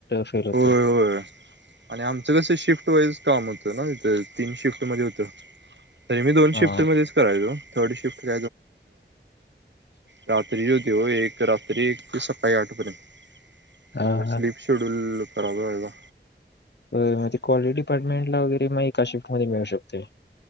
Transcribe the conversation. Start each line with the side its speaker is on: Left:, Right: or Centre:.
Left: फेल होते.
Right: होय होय आणि आमचं कसं शिफ्ट वाईज काम होतं ना तिथं तीन शिफ्ट मध्ये होत तरी मी दोन
Left: हा
Right: शिफ्ट मध्येच करायचो थर्ड शिफ्ट <unintelligible> रात्रीची होती ओ एक रात्री एक ते सकाळी आठ पर्यंत
Left: हा
Right: सगळं स्लीप
Left: हा
Right: शूट खराब होयला
Left: अ म्हणजे कॉलिटी डपार्टमें ला वगैरे ते मग एका शिफ्टमध्ये मिळू शकते